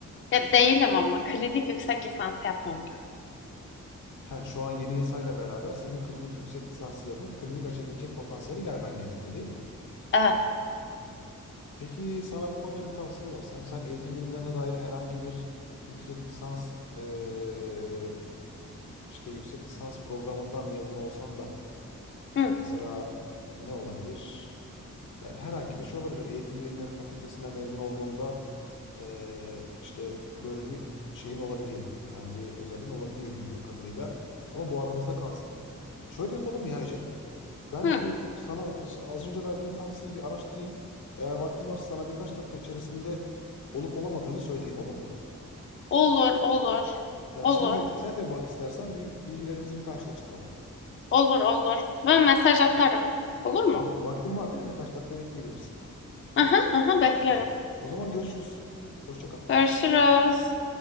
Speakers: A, on the left; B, on the left.
A: Ya değilim ama klinik yüksek lisans yapmam lazım.
B: He, şu an yeni yasayla beraber senin klinik yüksek lisansı yapıp klinik açabilecek potansiyeli gelmen gerekiyor değil mi?
A: Evet.
B: Peki sana bu konuda bir tavsiye versem sen eğitim bilimlerine dair herhangi bir yüksek lisans eee, işte yüksek lisans programından mezun olsan da
A: Hı,
B: mesela ne olabilir? Yani herhangi bir şey olabilir. Eğitim Bilimleri Fakültesinden mezun olduğunda eee, işte böyle bir şeyin olabiliyor. Yani bir özelliğin olabiliyor bildiğim kadarıyla. Ama bu aramızda kalsın. Şöyle yapalım ya Ece. Ben
A: hı.
B: bu sana az önce verdiğim tavsiyeyi bir araştırayım. Eğer vaktin varsa sana birkaç dakika içerisinde olup olamadığını söyleyeyim olur mu?
A: Olur, olur,
B: Yani
A: olur.
B: sen de sen de bak istersen bir bilgilerimizi bir karşılaştıralım.
A: Olur olur. Ben mesaj atarım. Olur mu?
B: Tamam, vaktin var değil mi? Birkaç dakika bekleyebilirsin.
A: Aha aha beklerim.
B: Tamam. O zaman görüşürüz. Hoşça kal.
A: Görüşürüz.